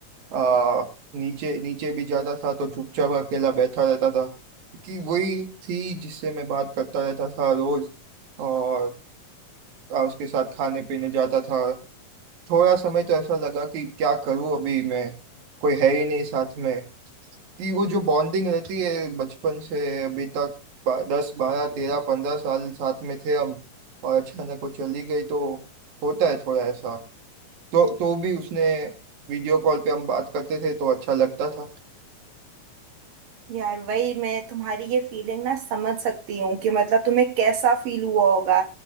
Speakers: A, on the right; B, on the right.
A: आ, नीचे नीचे भी जाता था तो चुपचाप अकेला बैठा रहता था कि वही थी जिससे मैं बात करता रहता था रोज और आ, उसके साथ खाने पीने जाता था थोड़ा समय तो ऐसा लगा कि क्या करूँ अभी मैं कोई है ही नहीं साथ में कि वो जो बॉन्डिंग रहती है बचपन से अभी तक बा- दस बारह तेरह पंद्रह साल साथ में थे हम और अचानक वो चली गई तो होता है थोड़ा ऐसा तो तो भी उसने वीडियो कॉल पे हम बात करते थे तो अच्छा लगता था
B: यार वही मैं तुम्हारी ये फीलिंग ना समझ सकती हूँ कि मतलब तुम्हें कैसा फील हुआ होगा